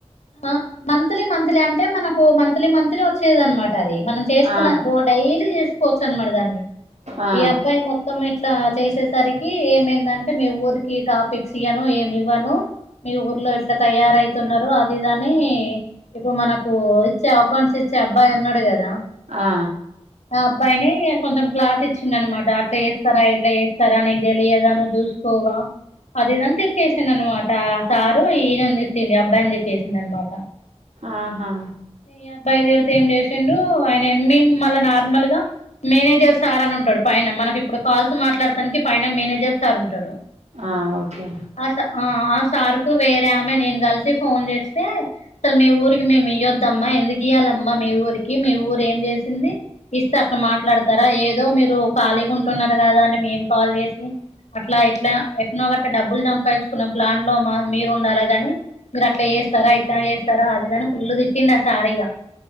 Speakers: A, on the left; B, on the right.
A: అ మంత్లీ మంత్లీ అంటే మనకు మంత్లీ మంత్లీ వొచ్చేది అన్నమ. మనం చేసుకున్న
B: ఆ
A: ఓ డైలీ చేసు. పొచన్ మరదల్ని.
B: ఆ
A: ఈ అబ్బాయి మొత్తం ఇట్లా చేసేసరి. ఇ ఏమేందంటే మీ ఊరికి టాపిక్స్ ఇవ్వను ఏమి ఇవ్వను మీ ఊర్లో ఇట్లా తయారతున్నారు. ఇదనీ ఇప్పుడు మనకూ. చౌకన్స్ ఇచ్చే అబ్బాయి అన్న. అంతే గద.
B: ఆ
A: ఆ అబ్బాయినీ కొంచెం క్లాస్ ఇచ్చింది అన్నమాట అట్లా చే. సరే ఎట్లా చేేస్తారా అని నీకు తెలియదా నువ్ చూసుకోవా అది ఇదని తిట్టేసింది అన్నమాట ఆ సారు ఈయన తిట్టింది ఈ అబ్బాయిని తి. చేసిండు అన్నమాట.
B: ఆహా.
A: ఈ అబ్బాయి తిడితే ఎమ్ చేసిండు అయన మేమ్ మళ్ళా నార్మల్ గా మేనేజర్ సార్ అని ఉంటాడు పైన మనకి ఇప్పుడు కాల్స్ మాట్లాడతానికి పైన మేనేజర్ సార్ ఉంటాడు.
B: ఆ ఓకే.
A: స ఆ ఆ సార్ కు వేరే ఆమె నేను కలిసి ఫోన్ చేస్తే అసలు మీ ఊరికి మేముయ్యొద్. ఏందమ్మా ఎందుకీయాలమ్మ మీ ఊరికి మీ ఊరు ఏమ్ చేసింది ఇస్తే అట్లా మాట్లాడతారా ఏదో మీరు కాలిగా ఉంటున్నారు కదా అని మేమ్ కాల్ చేస్తే అట్లా ఇట్లా ఎట్నో గట్ట డబ్బులు చంపచ్చుకున్న ప్లాంట్ లో మ మీరు ఉండాలాగాని మీరు అట్లా చేస్తారా ఇట్లా చేస్తారా అదిదని ఫుల్ తీ. కిన్నా సారయ్య.